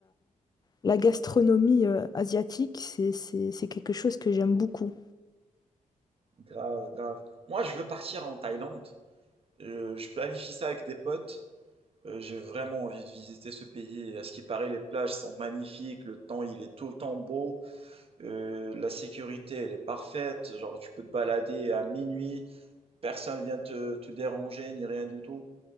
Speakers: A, on the left; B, on the right.
A: La gastronomie euh, asiatique, c'est, c'est, c'est quelque chose que j'aime beaucoup.
B: Grave, grave. Moi, je veux partir en Thaïlande. Euh, je planifie ça avec des potes. Euh, j'ai vraiment envie de visiter ce pays. À ce qui paraît, les plages sont magnifiques, le temps il est tout le temps beau, euh, la sécurité elle est parfaite, genre tu peux te balader à minuit, personne vient te, te déranger ni rien du tout.